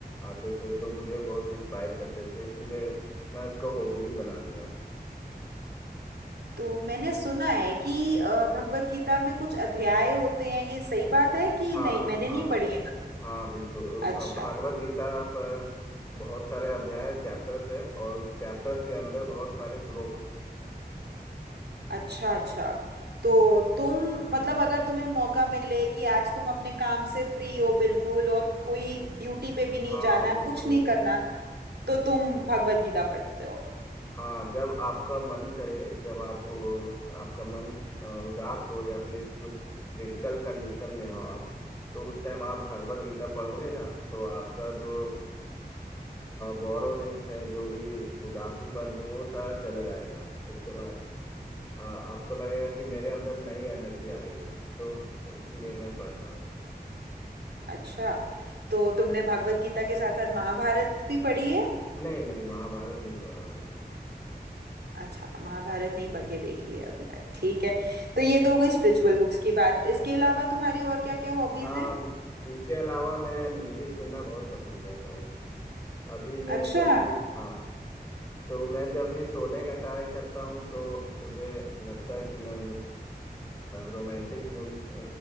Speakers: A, on the left; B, on the right.
A: आते थे तो मुझे बहुत इंस्पायर करते थे इसीलिए मैं उसको हॉबी ही बना लिया
B: तो मैंने सुना है कि अ, भगवत गीता में कुछ अध्याय होते हैं ये सही बात है कि
A: हाँ
B: नहीं मैंने
A: हाँ
B: नहीं पढ़ी
A: हाँ
B: है कभी
A: हाँ बिल्कुल धा-
B: अच्छा
A: भागवत गीता पर बहुत सारे अध्याय चैप्टर्स है और चैप्टर्स के अंदर बहुत सारे श्लोक्स हैं
B: अच्छा अच्छा तो तुम मतलब अगर तुम्हें मौका मिले कि आज तुम अपने काम से फ्री हो बिल्कुल और कोई ड्यूटी पे भी नहीं
A: हाँ
B: जाना
A: बिल्कुल
B: कुछ नहीं करना तो तुम भगवत गीता पढ़ते हो
A: हाँ जब आपका मन करे जब आप अ, आपका मन अ, उदास हो या फिर कुछ क्रिटिकल कंडीशन में हो आप तो उस टाइम आप भागवत गीता पढ़ोगे ना तो आपका जो बोरोनेस है जो भी उदासीपन है वो सारा चला जाएगा उसके बाद अ, आपको लगेगा कि मेरे अंदर नई एनर्जी आ गई है तो इसीलिए मैं पढ़ता हूँ
B: अच्छा तो तुमने भगवत गीता के साथ साथ महाभारत भी पढ़ी है
A: नहीं नहीं महाभारत नहीं पढ़ा अभी तक
B: अच्छा महाभारत नहीं पढ़ के देखी है अभी तक ठीक है तो ये तो हो गई स्पिरिचुअल बुक्स की बात इसके अलावा तुम्हारी और क्या क्या हॉबीज
A: अ,
B: हैं
A: इसके अलावा मैं म्यूजिक सुनना बहुत पसंद करता हूँ अभी मैं
B: अच्छा
A: जब भी हाँ तो मैं जब भी सोने का ट्राई करता हूँ तो मुझे लगता है कि मैं रोमांटिक मूवीज